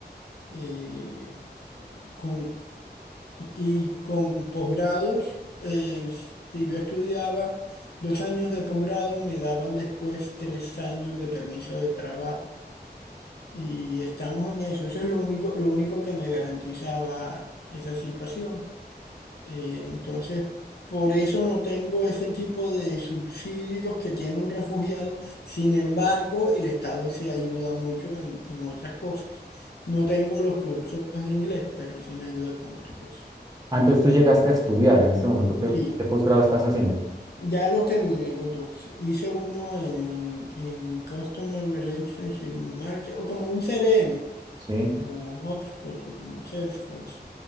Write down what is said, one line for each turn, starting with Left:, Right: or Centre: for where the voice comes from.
Left: eh, con y con posgrados, eh, si yo estudiaba dos años de posgrado, me daban después tres años de permiso de trabajo. Y estamos en eso. Eso es lo único, lo único que me garantizaba esa situación. Eh, entonces, por eso no tengo ese tipo de subsidios que tiene un refugiado. Sin embargo, el Estado sí ayuda mucho en, en otras cosas. No tengo los cursos de inglés, pero sí me ayuda con otras cosas.
Right: Ah, entonces tú llegaste a estudiar en este momento, ¿qué,
Left: Sí.
Right: qué posgrado estás haciendo?
Left: Ya los terminé los dos. Hice uno en, en Customer Relationship Market, o como un CRM,
Right: Sí.
Left: como HubSpot o como Salesforce